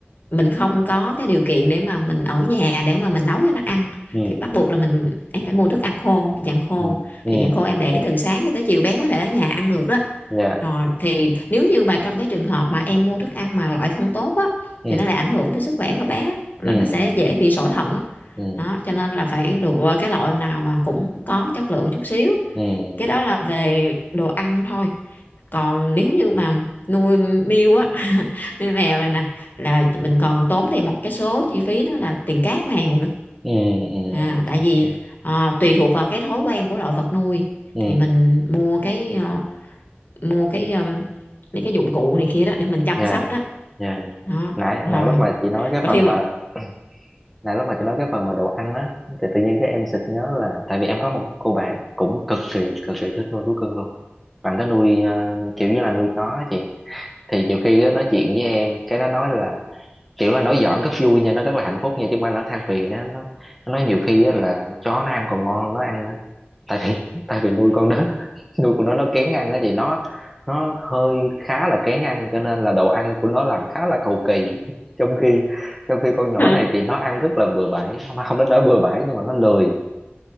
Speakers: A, on the left; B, in the centre.
A: mình không có cái điều kiện để mà mình ở nhà để mà mình nấu cho nó ăn
B: Ừ,
A: thì bắt buộc là mình em phải mua thức ăn khô dạng khô
B: ừ, ừ,
A: thì dạng khô em để từ sáng cho tới chiều bé có thể ở nhà ăn được đó
B: dạ,
A: rồi thì nếu như mà trong cái trường hợp mà em mua thức ăn mà loại không tốt á
B: ừ,
A: thì nó lại ảnh hưởng tới sức khỏe của bé nó
B: ừ,
A: nó sẽ
B: ừ,
A: dễ bị sỏi thận á
B: ừ,
A: đó cho nên là phải lựa cái loại nào mà cũng có chất lượng chút xíu
B: ừ. ừ.
A: cái đó là về đồ ăn thôi còn nếu như mà nuôi miêu á <laughs> nuôi mèo này nè là mình còn tốn thêm một cái số chi phí đó là tiền cát mèo nữa
B: ừ ừ
A: à, tại vì
B: ok
A: ờ, tùy thuộc vào cái thói quen của loại vật nuôi
B: ừ
A: thì mình mua cái ờ, mua cái um, mấy cái dụng cụ này kia đó để mình chăm
B: nha
A: sóc đó
B: nha nha.
A: đó
B: nãy
A: rồi
B: nãy lúc mà chị nói cái
A: và
B: phần
A: thêm
B: mà
A: một
B: <clears throat> nãy lúc mà chị nói cái phần mà đồ ăn á thì tự nhiên cái em sực nhớ là tại vì em có một cô bạn cũng cực kỳ cực kỳ thích nuôi thú cưng luôn bạn đó nuôi ờ, kiểu như là nuôi chó á chị thì nhiều khi á, nói chuyện với em cái nó nói là kiểu là nói giỡn rất vui nha nó rất là hạnh phúc nha chứ không phải là nó than phiền nha nó nó nói nhiều khi á, là chó nó ăn còn ngon hơn nó ăn tại vì tại vì nuôi con đó <laughs> nuôi con nó nó kén ăn đó chị nó nó hơi khá là kén ăn cho nên là đồ ăn của nó làm khá là cầu kỳ trong khi trong khi con nhỏ
A: <laughs>
B: này thì nó ăn rất là bừa bãi không không đến nỗi bừa bãi nhưng mà nó lười